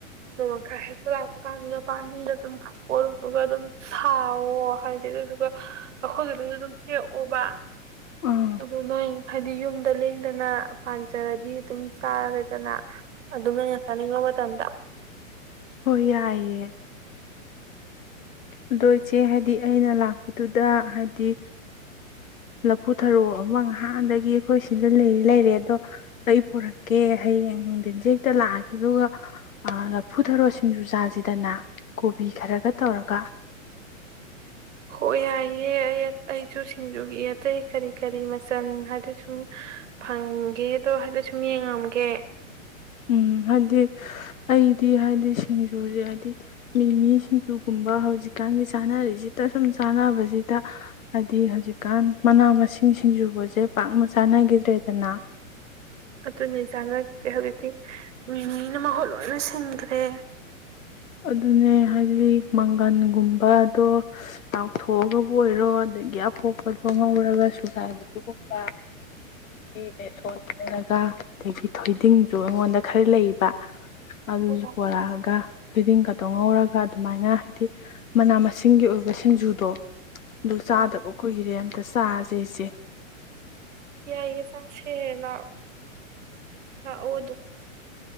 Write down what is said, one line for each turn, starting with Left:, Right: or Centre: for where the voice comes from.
Right: ꯅꯣꯡꯃ ꯈꯔ ꯍꯦꯛꯄ ꯂꯥꯛꯄ ꯀꯥꯟꯗꯨꯒ ꯄꯗ ꯑꯗꯨꯝ ꯄꯂꯨꯄꯒ ꯑꯗꯨꯝ ꯁꯥꯥꯎꯋꯣ ꯍꯥꯏꯗꯤ ꯑꯗꯨꯗꯨꯒ ꯑꯩꯈꯣꯏꯒꯤꯗꯁꯨ ꯑꯗꯨꯝ ꯍꯦꯛꯑꯣꯕ
Left: ꯑꯥ
Right: ꯑꯗꯨꯗꯣꯅ ꯍꯥꯏꯗꯤ ꯌꯨꯝꯗ ꯂꯦꯡꯗꯅ ꯄꯥꯟꯖꯔꯗꯤ ꯑꯗꯨꯝ ꯆꯥꯔꯦꯗꯅ ꯑꯗꯨꯝ ꯉꯪꯩꯅ ꯆꯥꯅꯤꯡꯕ ꯃꯇꯝꯗ
Left: ꯍꯣꯏ ꯌꯥꯏꯦ ꯑꯗꯣ ꯏꯆꯦ ꯍꯥꯏꯗꯤ ꯑꯩꯅ ꯂꯥꯛꯄꯗꯨꯗ ꯍꯥꯏꯗꯤ ꯂꯐꯨꯊꯔꯣ ꯑꯃ ꯉꯍꯥꯟꯗꯒꯤ ꯑꯩꯈꯣꯏ ꯁꯤꯗ ꯂꯩꯔꯤ ꯂꯩꯔꯦ ꯑꯗꯣ ꯑꯩ ꯄꯣꯔꯛꯀꯦ ꯍꯌꯦꯡ ꯅꯨꯡꯊꯤꯟꯁꯦ ꯍꯦꯛꯇ ꯂꯥꯛꯑꯒꯦ ꯑꯗꯨꯒ ꯂꯐꯨꯊꯔꯣ ꯁꯤꯡꯖꯨ ꯆꯥꯁꯤꯗꯅ ꯀꯣꯕꯤ ꯈꯔꯒ ꯇꯧꯔꯒ
Right: ꯍꯣꯏ ꯌꯥꯏꯌꯦꯦ ꯑꯩ ꯑꯩꯁꯨ ꯁꯤꯡꯖꯨꯒꯤ ꯑꯇꯩ ꯀꯔꯤ ꯀꯔꯤ ꯃꯆꯜ ꯍꯥꯏꯗꯤ ꯁꯨꯝ ꯐꯪꯒꯦꯗꯣ ꯍꯥꯏꯗꯤ ꯁꯨꯝ ꯌꯦꯡꯉꯝꯒꯦ
Left: ꯎꯝ ꯍꯥꯏꯗꯤ ꯑꯩꯗꯤ ꯍꯥꯏꯗꯤ ꯁꯤꯡꯖꯨꯁꯦ ꯍꯥꯏꯕꯗꯤ ꯃꯤ ꯃꯤ ꯁꯤꯡꯖꯨꯒꯨꯝꯕ ꯍꯧꯖꯤꯛꯀꯥꯟꯒꯤ ꯆꯥꯅꯔꯤꯁꯤꯗ ꯁꯨꯝ ꯆꯥꯅꯕꯁꯤꯗ ꯍꯥꯏꯕꯗꯤ ꯍꯧꯖꯤꯛꯀꯥꯟ ꯃꯅꯥ ꯃꯁꯤꯡ ꯁꯤꯡꯖꯨꯒꯁꯦ ꯄꯥꯛꯅ ꯆꯥꯅꯈꯤꯗ꯭ꯔꯦꯗꯅ
Right: ꯑꯗꯨ ꯑꯗꯨꯅꯤꯖꯥꯒꯗ ꯍꯧꯗꯤ ꯃꯤ ꯃꯤꯅ ꯃꯍꯨꯠ ꯂꯣꯏꯅ ꯁꯤꯟꯈ꯭ꯔꯦ
Left: ꯑꯗꯨꯅꯦ ꯍꯥꯏꯗꯤ ꯃꯪꯒꯟꯒꯨꯝꯕꯗꯣ ꯂꯥꯎꯊꯣꯛꯑꯒꯕꯨ ꯑꯣꯏꯔꯣ ꯑꯗꯒꯤ ꯑꯄꯣꯛꯄꯗꯣ ꯉꯧꯔꯒ ꯁꯨꯒꯥꯏꯕꯗꯨꯒꯨꯝꯕ ꯑꯗꯒꯤ ꯕꯦꯁꯣꯟ ꯂꯣꯟꯔꯒ ꯑꯗꯒꯤ ꯊꯣꯏꯗꯤꯡꯁꯨ ꯑꯩꯉꯣꯟꯗ ꯈꯔ ꯂꯩꯕ ꯑꯗꯨꯁꯨ
Right: ꯑꯣ
Left: ꯄꯨꯔꯛꯑꯒ ꯊꯣꯏꯗꯤꯡꯒꯇꯧ ꯉꯧꯔꯒ ꯑꯗꯨꯃꯥꯏꯅ ꯍꯥꯏꯗꯤ ꯃꯅꯥ ꯃꯁꯤꯡꯒꯤ ꯑꯣꯏꯕ ꯁꯤꯡꯖꯨꯗꯣ ꯑꯗꯨ ꯆꯥꯗꯕ
Right: ꯑꯥ
Left: ꯀꯨꯏꯔꯦ ꯑꯗ ꯆꯥꯁꯦ ꯑꯩꯆꯦ
Right: ꯌꯥꯏꯌꯦ ꯆꯥꯁꯦ ꯂꯥꯛꯑꯣ ꯂꯥꯛꯑꯣꯗ